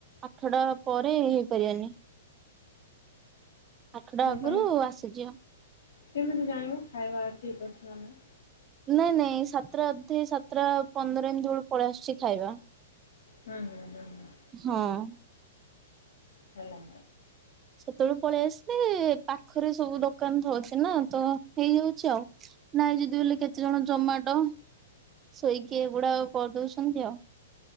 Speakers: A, on the right (about 25°); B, on the left (about 80°).
A: ଆଠଟା ପରେ ହେଇପାରିବନି। ଆଠଟା ଆଗରୁ
B: ତମେ
A: ଆସିଯିବ।
B: କେମିତି ଜାଣିବୁ ଖାଇବା ଠିକ ଅଛି ନା ନାଇଁ?
A: ନାଇଁ ନାଇଁ ସାତଟା ଅଧେ ସାତଟା ପନ୍ଦର ଏମିତି ବେଳକୁ ପଳେଇ ଆସୁଛି ଖାଇବା।
B: ହୁଁ ହଁ ହଁ ହ।
A: ହଁ।
B: ହେଲା।
A: ସେତେବେଳେ ପଳେଇ ଆସିଲେ, ପାଖରେ ସବୁ ଦୋକାନ ଥଉଛି ନା ତ ହେଇଯାଉଛି ଆଉ। ନାଇଁ ଯଦି ବୋଲି କେତେ ଜଣ ଜମାଟ ଶୋଇକି ଏ ଗୁଡା ଆଉ କରିଦଉଛନ୍ତି ଆଉ।